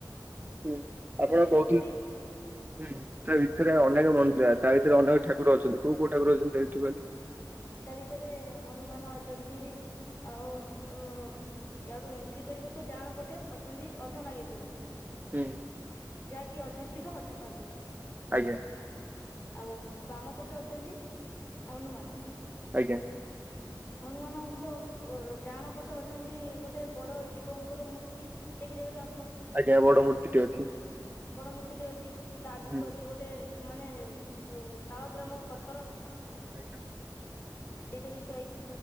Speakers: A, on the right (about 25°); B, on the left (about 30°).
A: ହୁଁ
B: ମୁଁ
A: ଆପଣ
B: ବି
A: କହୁଥିଲେ
B: ତଥାପି
A: ହୁଁ ତା ଭିତରେ ଅନେକ ମନ୍ଦି ତା ଭିତରେ ଅନେକ ଠାକୁର ଅଛନ୍ତି କୋଉ କୋଉ ଠାକୁର ଅଛନ୍ତି ତା ଭିତରେ କଇଲେ?
B: ତା ଭିତରେ ହନୁମାନ ଅଛନ୍ତି ଆଉ ଉଁ ୟୀଆଡୁ ଏଣ୍ଟ୍ରି କରିବେ ତ ଡାହାଣ ପଟେ ଅଛନ୍ତି ଅର୍ଧ ନାଗେଶ୍ଵର।
A: ହୁଁ
B: ଯାହାକି ଅଧା ଶିବ ଅଧା ପାର୍ବତୀ।
A: ଆଜ୍ଞା
B: ଆଉ ବାମ ପଟେ ଅଛନ୍ତି ହନୁମାନ।
A: ଆଜ୍ଞା।
B: ହନୁମାନଙ୍କ ଅ ଡାହାଣ ପଟେ ଅଛନ୍ତି ଗୋଟେ ବଡ ଶିବଙ୍କର ମୂର୍ତ୍ତି। ଦେଖିଦେବେ ତ ଆପଣ।
A: ଆଜ୍ଞା ବଡ ମୂର୍ତ୍ତି ଟେ ଅଛି।
B: ବଡ ମୂର୍ତ୍ତି ଟେ ଅଛି ତା ଆଗକୁ
A: ହୁଁ
B: ଅଛି ଗୋଟେ ମାନେ ସେ ଶାଳ ଗ୍ରାମ ପଥର।
A: ଆଜ୍ଞା।
B: ସେଇଟା ବି ଥୁଆ ହେଇଛି